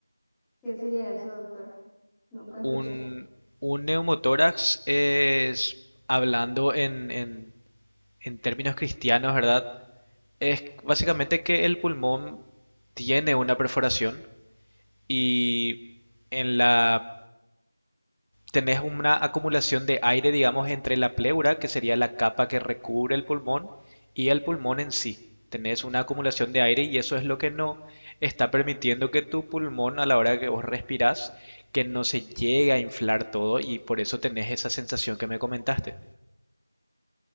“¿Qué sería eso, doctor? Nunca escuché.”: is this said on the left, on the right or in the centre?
Centre